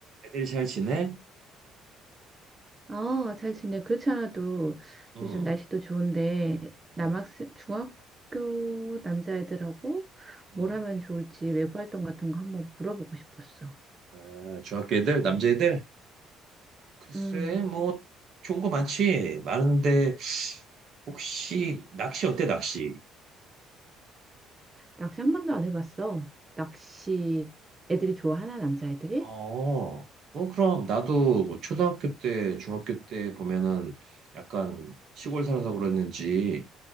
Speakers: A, on the right; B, on the right.
A: 애들 잘 지내?
B: 어, 잘 지내. 그렇지 않아도
A: 응,
B: 요즘 날씨도 좋은데 남학생,
A: 응,
B: 중학교 남자애들하고
A: 응.
B: 뭘 하면 좋을지 외부 활동 같은 거 한번 물어보고 싶었어.
A: 아, 중학교 애들, 남자애들? 글쎄,
B: 음,
A: 뭐, 좋은 거 많지. 많은데, 혹시, 낚시 어때, 낚시?
B: 낚시 한 번도 안 해봤어. 낚시 애들이 좋아하나, 남자애들이?
A: 어, 어, 그럼, 나도 초등학교 때, 중학교 때 보면은, 약간, 시골 살아서 그랬는지,